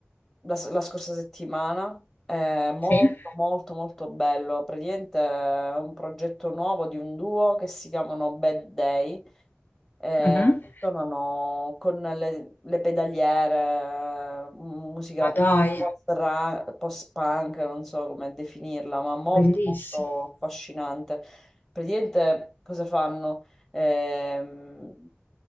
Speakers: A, in the centre; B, on the left (about 45°).
A: la, s- la scorsa settimana, è molto
B: Sì?
A: molto molto bello, praticamente è un progetto nuovo di un duo che si chiamano Bad Day Eh,
B: Mhm.
A: tornano con le, le pedaliere, m- musica
B: Ma dai,
A: post-ra- post-punk, non so come definirla, ma molto,
B: bellissimo.
A: molto affascinante. Praticamente cosa fanno? Ehm,